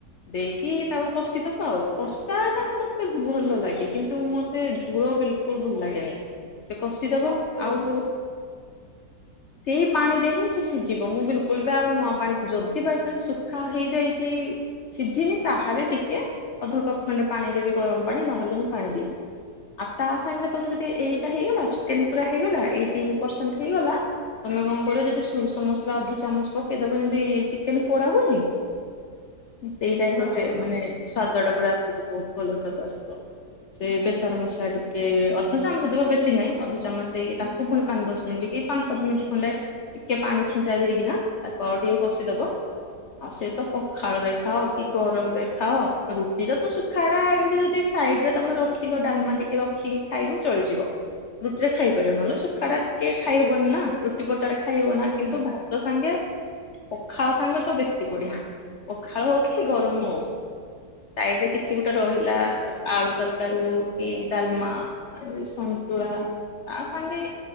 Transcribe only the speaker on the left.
ଦେଇକି ତାକୁ କଷିଦବା ଆଉ କଷା ଟା ମତେ ଭଲ ଲାଗେ କିନ୍ତୁ ମତେ ଝୁଳ ବିଲ୍ ଟିକେ ଭଲ ଲାଗେନି। ତ କଷିଦବା
ଆଉ ସେଇ ପାଣି ରେ ହିଁ ସେ ସିଝିବ ମୁଁ ବିଲକୁଲ ବି ଆଉ ନୂଆ ପାଣି ଯଦି ବାଇଚାନ୍ସ ଶୁଖା ହେଇଯାଇଛି। ସିଝିନି ତାହେଲେ ଟିକେ ଅଧ କପ ଖଣ୍ଡେ ପାଣି ଦେବି ଗରମ ପାଣି ନହେଲେ ମୁଁ ପାଣି ଦିଏନି। ଆଉ ତା ସାଙ୍ଗରେ ତମେ ଯଦି ଏଇଟା ହେଇଗଲା ଚ ଚିକେନ ପୁରା ହେଇଗଲା ଏଇଟି ପରସେଣ୍ଟ ହେଇଗଲା। ତମେ କଣ କରିବ ଯଦି ସୋରିଷ ମସଲା ଅଧ ଚାମଚ ପକେଇଦବ ଯେମିତି ଚିକେନ ପୋଡ଼ା ହଉନି। ସେଇ ଟାଇପର
ଟେ ମାନେ ସ୍ଵାଦ ଟା ପୁରା ଆସିବ। ବହୁତ ଭଲ ସ୍ଵାଦ ଆସିବ। ସେ ବେସର ମସଲା ଟିକେ ଅଧ ଚାମଚ ଦବ। ବେଶୀ ନାହିଁ ଅଧ ଚାମଚ ଦେଇକି ତାକୁ ପୁଣି ପାଞ୍ଚ ଦଶ ମିନିଟ କି ପାଞ୍ଚ ସାତ ମିନିଟ୍ ଖଣ୍ଡେ ଟିକେ ପାଣି ଛିଞ୍ଚାଡି ଦେଇକିନା ତାକୁ ଆଉ ଟିକେ କଷିଦବ। ଆଉ ସେ ତ ପଖାଳରେ ଖାଅ କି ଗରମ ରେ ଖାଅ ରୁଟିରେ ତ ଶୁଖାଡା ଏମତି ଯଦି ସାଇଡ ରେ ତମେ ରଖିଲ ଡାଲମା ଟିକେ ର ରଖିକି ଖାଇକ ଚଳିଯିବ ରୁଟି ରେ ଖାଇ ପାରିବ ନହେଲେ ଶୁଖା ଟା ଟିକେ ଖାଇହବନି ନା ରୁ ରୁଟି ପରଟାରେ ଖାଇ ହବ
ନା
କିନ୍ତୁ ଭାତ ସାଙ୍ଗେ ପଖାଳ ସାଙ୍ଗେ ତ ବେଶୀ ବଢିଆ। ପଖାଳ ହଉ କି ଗରମ ହଉ ସାଇଡରେ କିଛି ଗୋଟେ ରହିଲା। ଆଳୁ ତରକାରୀ ହୋଉ କି ଡାଲମା ସନ୍ତୁଳା। ତା ସାଙ୍ଗେ